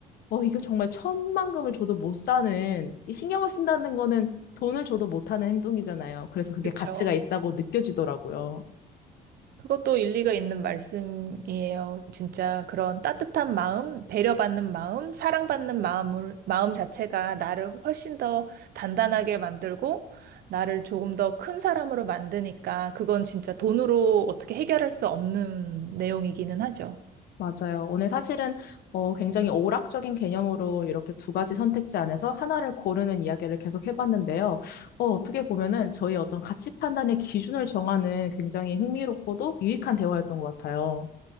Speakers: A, on the left (about 65°); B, on the right (about 65°).
A: 어 이거 정말 천만금을 줘도 못 사는 이 신경을 쓴다는 거는 돈을 줘도 못하는 행동이잖아요. 그래서 그게
B: 그렇죠.
A: 가치가 있다고 느껴지더라고요.
B: 그것도 일리가 있는 말씀이에요. 진짜 그런 따뜻한 마음, 배려받는 마음, 사랑받는 마음을, 마음 자체가 나를 훨씬 더 단단하게 만들고 나를 조금 더 큰 사람으로 만드니까 그건 진짜 돈으로 어떻게 해결할 수 없는 내용이기는 하죠.
A: 맞아요. 오늘 사실은 어, 굉장히 오락적인 개념으로 이렇게 두 가지 선택지 안에서 하나를 고르는 이야기를 계속 해봤는데요. 어, 어떻게 보면은 저희 어떤 가치 판단의 기준을 정하는 굉장히 흥미롭고도 유익한 대화였던 것 같아요.